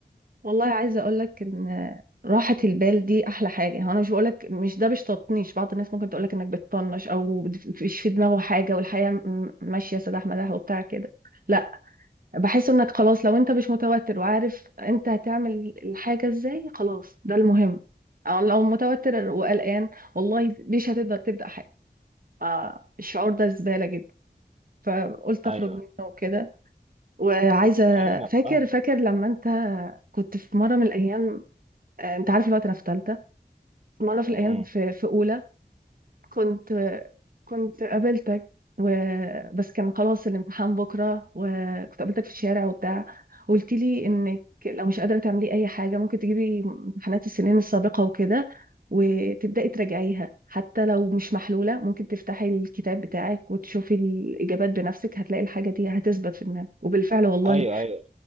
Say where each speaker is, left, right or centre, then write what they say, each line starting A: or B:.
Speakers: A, on the right (about 55°); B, on the right (about 40°).
A: والله عايزة اقولك ان راحة البال دي احلى حاجة هو انا مش بقولك مش ده مش تطنيش بعض الناس ممكن تقولك انك بتطنش او بت- مش في دماغه حاجة والحياة م- ماشية سداح مداح وبتاع كده لا بحس انك خلاص لو انت مش متوتر وعارف انت هتعمل الحاجة ازاي خلاص ده المهم او لو متوتر وقلقان والله مش هتقدر تبدأ حاجة آه، الشعور ده زبالة جدا فقلت
B: ايوه
A: اخرج منه وكده وعايزة
B: ايوه انا
A: فاكر
B: فاهم
A: فاكر لما انت كنت في مرة من الايام آه، انت عارف الوقت انا في تالتة مرة في
B: امم
A: الايام في في اولى كنت كنت قابلتك و... بس كان خلاص الامتحان بكرة وكنت قابلتك في الشارع وبتاع قلت لي انك لو مش قادرة تعملي اي حاجة ممكن تجيبي امتحانات السنين السابقة وكده وتبدأي تراجعيها حتى لو مش محلولة ممكن تفتحي الكتاب بتاعك وتشوفي الإجابات بنفسك هتلاقي الحاجة دي هتثبت في دماغك وبالفعل والله
B: ايوه ايوه